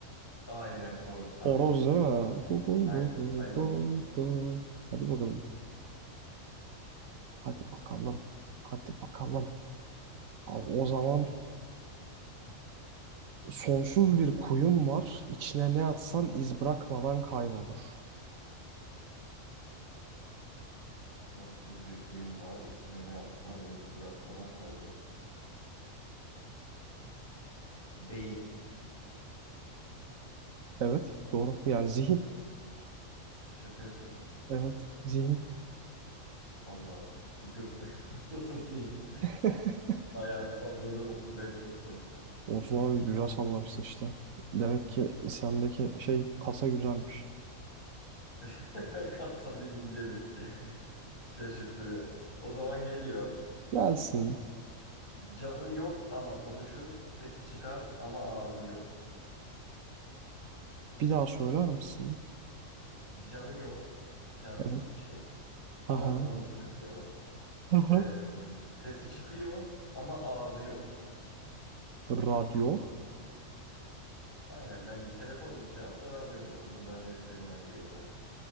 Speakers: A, on the left (about 40°); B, on the right (about 75°).
A: aynen horoz tam
B: Horoz
A: diyecektim.
B: değil mi? Google
A: Aynen
B: do do
A: hayvanmış
B: do
A: diye.
B: do. Hadi bakalım. Hadi bakalım. Hadi bakalım. Abi o zaman sonsuz bir kuyum var. İçine ne atsan iz bırakmadan kaybolur.
A: Sonsuz bir kuyum var. İçine ne atsan iz bırakmadan kaybolur. Beyin.
B: Evet, doğru. Yani zihin.
A: Şaka yapıyorsun.
B: Evet, zihin.
A: Allah götten <laughs> salladım diyeyim.
B: <laughs>
A: Bayağı salladım ve tuttu.
B: Olsun abi güzel sallamışsın işte. Demek ki sendeki şey kasa güzelmiş.
A: <laughs> Kalsan inceli. Şaşırttı biraz. O zaman geliyor.
B: Gelsin.
A: Canı yok ama konuşur. Sesi çıkar ama ağzı yok.
B: Bir daha söyler misin?
A: Canı yok. Cansız
B: Evet.
A: bir şey.
B: Hı
A: Ama
B: hı.
A: konuşuyor.
B: Hı hı.
A: Ee, sesi çıkıyor ama ağzı yok.
B: Radyo.
A: Aynen bence telefonmuş cevap da radyo da olur. Bunların hepsi buna giriyor zaten.